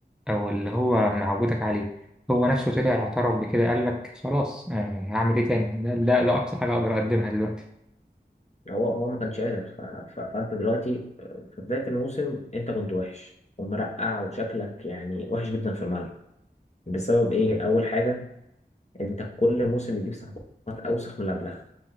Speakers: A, in the centre; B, on the left (about 40°).
A: او اللي هو معودك عليه هو نفسه طلع اعترف بكده قال لك خلاص يعني هعمل ايه تاني ده ده, ده اقصى حاجه اقدر اقدمها دلوقتي
B: يعني هو هو ما كانش قادر ف... ف... فانت دلوقتي آه، في بدايه الموسم انت كنت وحش ومرقع وشكلك يعني وحش جدا في الملعب بسبب ايه اول حاجه انت كل موسم بتجيب صفقات اوسخ من اللي قبلها